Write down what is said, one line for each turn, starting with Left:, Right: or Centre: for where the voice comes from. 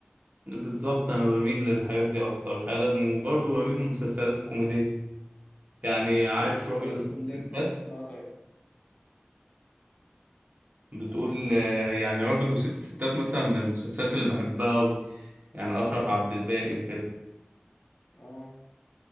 Right: بالظبط انا بميل للحاجات دي اكتر فعلا وبرضه بميل للمسلسلات الكوميديه يعني عارف
Left: إيه المسلسلات
Right: راجل وست
Left: الكوميدية
Right: ستات
Left: اللي أنت بتحبها طيب؟
Right: بتقول آه، يعني راجل وست ستات مثلا من المسلسلات اللي بحبها قوي يعني اشرف عبد الباقي وكده
Left: آه